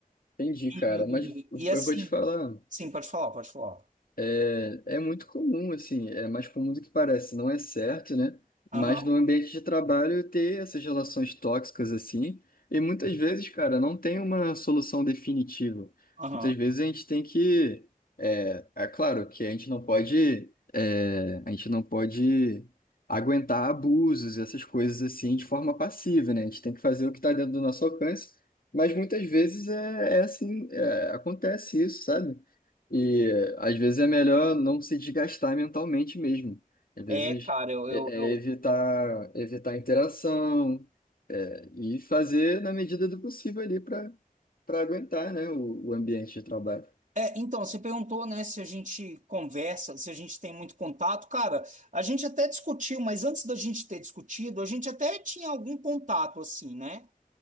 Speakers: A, on the left (about 75°); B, on the right (about 60°).
A: Entendi,
B: E,
A: cara. Mas eu
B: e assim,
A: vou te falar.
B: sim, pode falar, pode falar.
A: É, é muito comum, assim, é mais comum do que parece, não é certo, né?
B: Aham,
A: Mas no ambiente de trabalho ter essas relações tóxicas assim, e muitas vezes, cara, não tem uma solução definitiva.
B: aham.
A: Muitas vezes a gente tem que, é, é claro que a gente não pode, é, a gente não pode aguentar abusos, essas coisas assim, de forma passiva, né? A gente tem que fazer o que está dentro do nosso alcance, mas muitas vezes é, é assim, é, acontece isso, sabe? E às vezes é melhor não se desgastar mentalmente mesmo. Às vezes
B: É, cara, eu, eu,
A: é,
B: eu-
A: é evitar evitar a interação é, e fazer na medida do possível ali para para aguentar, né, o, o ambiente de trabalho.
B: É, então, você perguntou, né, se a gente conversa, se a gente tem muito contato. Cara, a gente até discutiu, mas antes da gente ter discutido, a gente até tinha algum contato, assim, né?